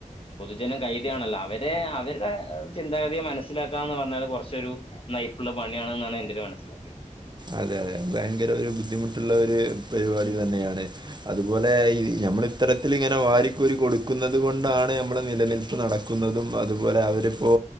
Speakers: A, on the left (about 40°); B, on the right (about 35°).
A: ജനം കൈതയാണല്ലോ അവരെ അവര്ടെ ഹ് ചിന്താഗതിയെ മനസ്സിലാക്കാന്ന് പർഞ്ഞാൽ കൊർച്ചൊരു ന്നയ്പ്ള്ള പണിയാണ്ന്നാണ് എന്റൊര് മനസ്സിലാക്കല്
B: അതെതെ ഭയങ്കര ഒരു ബുദ്ധിമുട്ട് ട്ടുള്ള ഒര് പരിവാടി തന്നെയാണ് അതുപോലെ ഈ നമ്മള് ഇത്തരത്തിലിങ്ങനെ വാരിക്കോരി കൊട്ക്കുന്നത് കൊണ്ടാണ് നമ്മളെ നിലനിൽപ്പ് നടക്കുന്നതും അതുപോലെ അവരിപ്പോ